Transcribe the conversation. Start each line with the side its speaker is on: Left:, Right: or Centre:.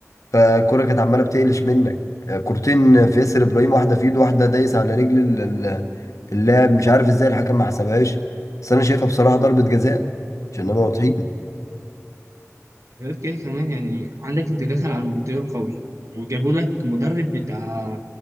Left: فالكوره كانت عماله بتقلش منك آه، كورتين في ياسر ابراهيم واحده في ايده واحده دايس على رجل ال- ال- اللاعب مش عارف ازاي الحكم ما حسبهاش بس انا شايفها بصراحه ضربه جزاء عشان نبقى واضحين
Right: غير كده كمان يعني عندك أنت داخل على المونديال قوي وجابوا لك مدرب بتاع